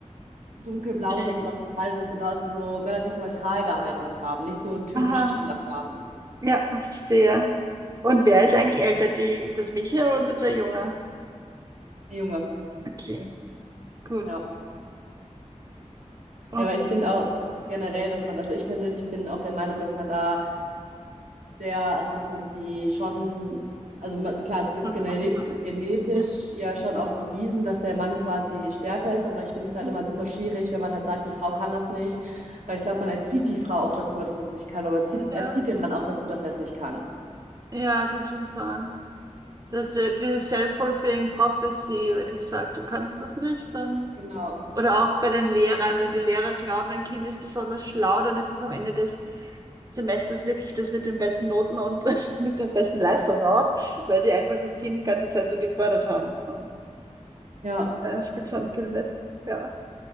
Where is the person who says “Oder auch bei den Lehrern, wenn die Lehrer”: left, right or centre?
Right